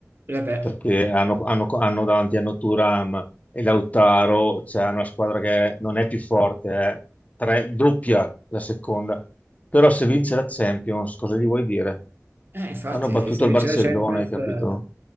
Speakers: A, on the right; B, on the left.
A: E vabbè,
B: perché hanno, hanno- hanno davanti a Thuram e Lautaro, c'è una squadra che non è più forte, è tre- doppia la seconda. Però se vince la Champions, cosa gli vuoi dire?
A: eh, infatti
B: Hanno battuto
A: se
B: il
A: vince
B: Barcellona,
A: la Champions...
B: hai capito?
A: eh,